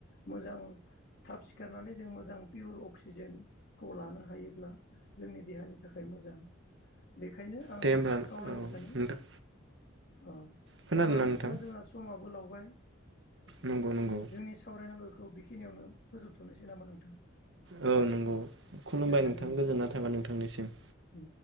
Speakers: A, on the left; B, on the right.
A: मोजां थाब सिखारनानै जों मोजां पियर अक्सिजेनखौ लानो हायोब्ला जोंनि देहानि थाखाय मोजां। बेखायनो आं
B: दे होमब्ला
A: खावलायनो
B: औ
A: सानो
B: नोंथां
A: ओ
B: खोनादोंना
A: अब्ला नोंथाङ
B: नोंथां
A: जोंहा समाबो लावबाय।
B: नंगौ नंगौ
A: जोंनि सावरायनांगो खौ बेखिनियावनो फोजोबथ'नोसै नामा नोंथां।
B: औ नोंगौ खुलुमबाय
A: गोजोन्थों।
B: नोंथां गोजोनना थाबाय नोंथांनिसिम।
A: उम।